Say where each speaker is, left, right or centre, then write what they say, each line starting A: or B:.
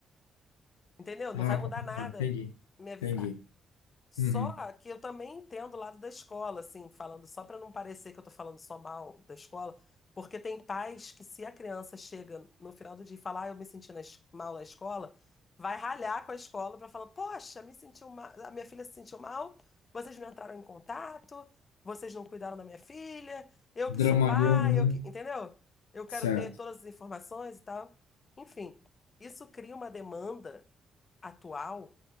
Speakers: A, on the left; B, on the left.
A: entendeu? Não
B: Ah,
A: vai mudar
B: complicado.
A: nada
B: Entendi.
A: me avisar.
B: Entendi.
A: Só
B: Uhum.
A: que eu também entendo o lado da escola, assim, falando só para não parecer que eu tô falando só mal da escola, porque tem pais que se a criança chega no final do dia e falar, ah, eu me senti na es- mal na escola, vai ralhar com a escola para falar, poxa, me sentiu mal, a minha filha se sentiu mal, vocês não entraram em contato, vocês não cuidaram da minha filha, eu
B: Dramalhão,
A: que sou pai,
B: né?
A: eu que, entendeu? Eu quero
B: Certo.
A: ter todas as informações e tal. Enfim, isso cria uma demanda atual